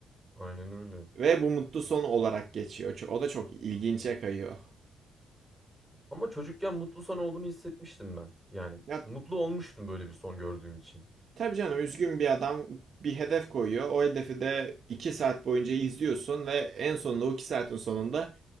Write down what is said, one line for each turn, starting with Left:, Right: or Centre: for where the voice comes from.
Centre: Aynen öyle.
Right: Ve bu mutlu son olarak geçiyor. O da çok ilginçe kayıyor.
Centre: Ama çocukken mutlu son olduğunu hissetmiştim ben. Yani
Right: Ya
Centre: mutlu olmuştum böyle bir son gördüğüm için.
Right: tabii canım üzgün bir adam bir hedef koyuyor. O hedefi de 2 saat boyunca izliyorsun ve en sonunda o 2 saatin sonunda